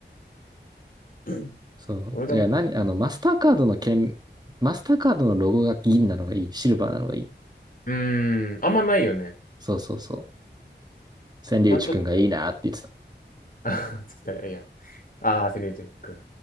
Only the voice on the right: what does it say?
そう。
いや、
何、あの、マスターカードの剣、マスターカードのロゴが銀なのがいい。シルバーなのがいい。
そうそうそう。千里内くんがいいなって言って